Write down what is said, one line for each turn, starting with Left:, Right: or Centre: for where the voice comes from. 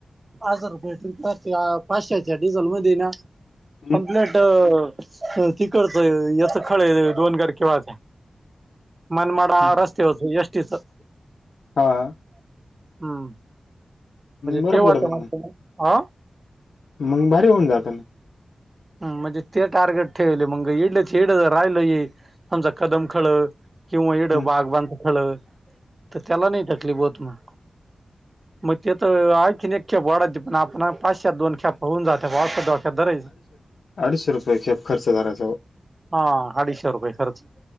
Right: हजार रुपये पेट्रोल पाचशेच्या डिझल मध्ये ना
Left: हं,
Right: कंप्लीट. आ ती करतय याच खळ दोन गार केेव्हा त्याचा. मनमाड
Left: हं,
Right: रस्ते होत एसटी च.
Left: हा.
Right: हम्म.
Left: बरं
Right: तेव वा
Left: पडतं
Right: त मा्हा
Left: मग.
Right: स हा.
Left: मग भारी होऊन जात ना.
Right: हम् म्हणजे ते टार्गेट ठेवले मग इडले तर इड जर राहिल ये आमचा कदम खळ. किंवा इडं
Left: हं,
Right: बाग बांधच खळ तर त्याला नाही तकलीफ होत मग. मग तेथ ऐखी एक खेप वाढाते पण आपण पाचशे्या दोन ख्याप होऊन जाते पाश्या असं डोक्यात धरायचं.
Left: अडीचशे रुपये खेप खर्चरायचा.
Right: हा अडीचशे रुपये खर्च.